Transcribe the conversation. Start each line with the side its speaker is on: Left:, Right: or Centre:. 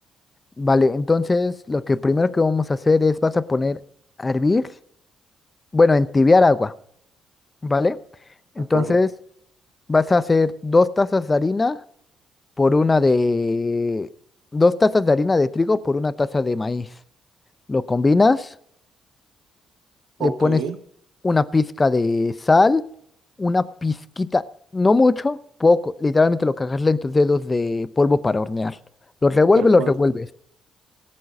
Left: Vale, entonces lo que primero que vamos a hacer es vas a poner a hervir, bueno, a entibiar agua, ¿vale? Entonces
Right: de acuerdo.
Left: vas a hacer dos tazas de harina por una de... Dos tazas de harina de trigo por una taza de maíz. Lo combinas.
Right: Ok,
Left: le pones
Right: de
Left: una pizca de sal, una pizquita, no mucho, poco, literalmente lo que agarres en tus dedos de polvo para hornear. Los revuelves,
Right: acuerdo,
Left: los revuelves.